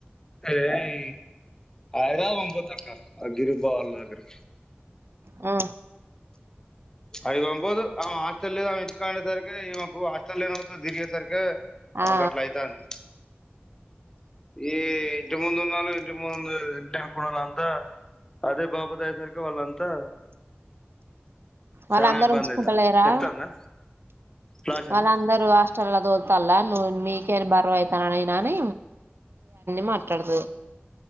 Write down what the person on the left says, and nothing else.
ఏ ఐ ఐరాదరాబాద్ అగిరిబాళ్లగిరి
అడిగి వంబోదు ఆ హాస్టెల్ ఇంటి కండే సార్కి ఇవకు హాస్టెల్ దిరిగే సార్కిే
అ అట్లా అయితాంది ఈ ఇంటి ముందు ఉన్నోలు ఇంటి ముందు ఇంటి అనుకుండాల అంతా అదే బాబతి అయ్యేసరికి వాళ్ళంతా
చాలా ఇబ్బంది
అయితాంది ఎక్కుతాందా ఫ్లాష్ ఏనా